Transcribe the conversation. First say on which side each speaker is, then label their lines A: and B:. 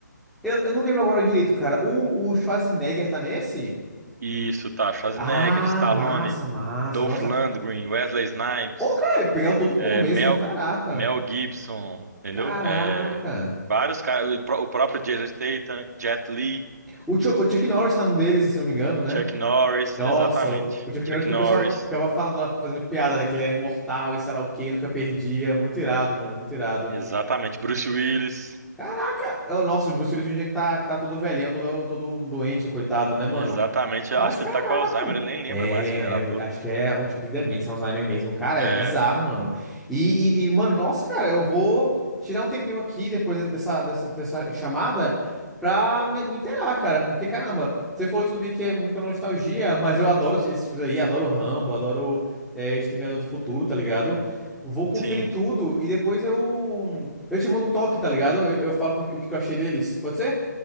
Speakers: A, in the centre; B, on the right (about 60°).
A: Eu, eu não lembro agora direito, cara. O, o Schwarzenegger tá nesse?
B: Isso, tá. Schwarzenegger,
A: Ah,
B: Stallone,
A: massa, massa.
B: Dolph
A: Nossa.
B: Lundgren, Wesley Snipes,
A: Ô, cara, pegaram todo
B: é,
A: mundo mesmo.
B: Mel,
A: Caraca.
B: Mel Gibson, entendeu?
A: Caraca.
B: É, vários caras, o pró- o próprio Jason Statham, Jet Li,
A: O, Chu- o Chuck Norris tá num deles, se eu não me engano, né?
B: Chuck Norris,
A: Nossa,
B: exatamente.
A: o, o Chuck
B: Chuck
A: Norris que
B: Norris,
A: o pessoal ficava falando lá, fazendo piada, né? Que ele era imortal e sei lá o quê, nunca perdia. Muito irado, mano, muito irado.
B: exatamente. Bruce Willis,
A: Caraca! É o nosso Bruce Willis hoje em dia que tá, que tá todo velhão, todo, todo doente, coitado, né, mano?
B: exatamente.
A: Mas
B: Eu Acho
A: caraca.
B: que ele tá com Alzheimer, ele nem lembra
A: É,
B: mais que ele era
A: eu
B: ator.
A: acho que é o tipo de demência, Alzheimer mesmo. Cara,
B: É,
A: é bizarro, mano. E, e, e, mano, nossa, cara, eu vou tirar um tempinho aqui depois dessa, dessa, dessa chamada pra me, me inteirar, cara. Porque, caramba, você falou tudo bem que é muito pela nostalgia, mas eu adoro esses filmes aí, adoro Rambo, adoro é, Exterminador do Futuro, tá ligado? Vou conferir
B: sim.
A: tudo e depois eu, eu te mando um toque, tá ligado? Eu, eu falo com- o que eu achei deles. Pode ser?